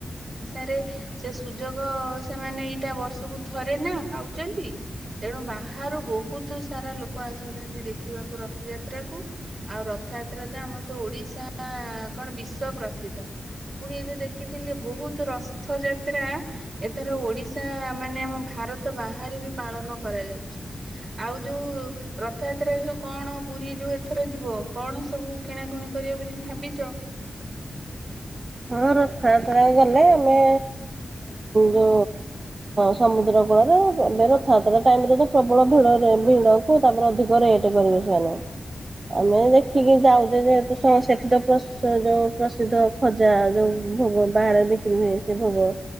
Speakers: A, on the right; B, on the right.
A: ଅନସାରେ ସେ ସୁଯୋଗ ସେମାନେ ଏଇଟା ବର୍ଷକୁ ଥରେ ନା ପାଉଚନ୍ତି। ତେଣୁ ବାହାରୁ ବହୁତ ସାରା ଲୋକ ଆସୁଚନ୍ତି ଦେଖିବାକୁ ରଥଯାତ୍ରା କୁ। ଆଉ ରଥଯାତ୍ରା ତ ଆମର ତ ଓଡିଶା କଣ ବିଶ୍ଵ ପ୍ରସିଦ୍ଧ। ପୁଣି ଏବେ ଦେଖିଥିଲି ବହୁତ ରଥଯାତ୍ରା ଏଥର ଓଡିଶା ମାନେ ଆମ ଭାରତ ବାହାରେ ବି ପାଳନ କରାଯାଉଚି। ଆଉ ଯୋଉ ରଥଯାତ୍ରାରେ ସବୁ କଣ ପୁରୀ ଯୋଉ ଏଥର ଯିବ କଣ ସବୁ କିଣାକୁଣି କରିବ ବୋଲି ଭାବିଚ?
B: ହଁ ରଥଆତ୍ରା କୁ ଗଲେ ଆମେ ଯୋଉ ସମୁଦ୍ର କୂଳରେ ଏବେ ରଥଯାତ୍ରା ଟାଇମରେ ତ ପ୍ରବଳ ଭିଡ ଭିଡ କ ତାପରେ ଅଧିକ ରେଟ୍ କରିବେ ସେମାନେ। ଆମେ ଦେଖିକି ଯାଉଚେ ଯେହେତୁ ସେଠି ତ ଯୋଉ ପ୍ରସିଦ୍ଧ ଖଜା ଯୋଉ ଭୋଗ ବାହାରେ ବିକ୍ରି ହୁଏ ସେ ଭୋଗ।